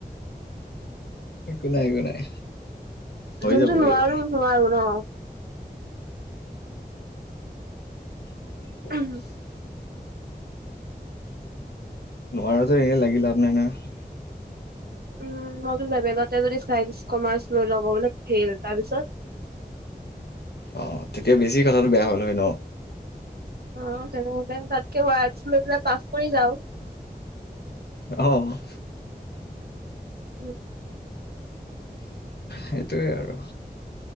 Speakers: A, on the left; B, on the right.
A: একো নাই, একো নাই। হৈ
B: যোনটো
A: যাব হৈ
B: নোৱাৰো,
A: যাব
B: নোৱাৰো ন।
A: <unintelligible>
B: উম
A: নোৱাৰাটো এনেই লাগি লাভ নাই নহয়।
B: উম্, মই লেভেলতে যদি চাইন্স, কমাৰ্চ লৈ ল'ব বোলে ফেইল। তাৰ পিছত,
A: অ', তেতিয়া বেছি কথাটো বেয়া হ'ল হয় ন।
B: অ', তেনেহলে। তাতকে মই আৰ্টচ লৈ পেলাই পাছ কৰি যাওঁ।
A: অ'
B: উম্
A: সেইটোৱে আৰু।